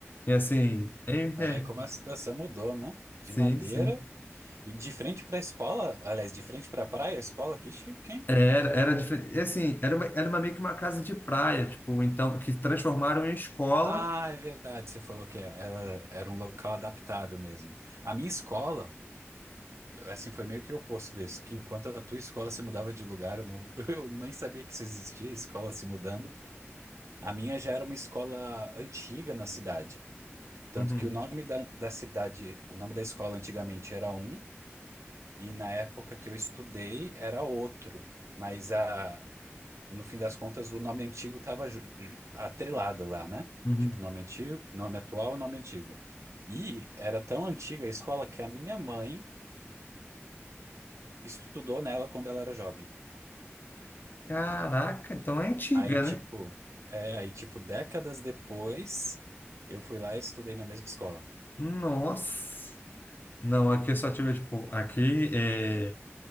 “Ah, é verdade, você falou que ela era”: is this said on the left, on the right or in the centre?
Right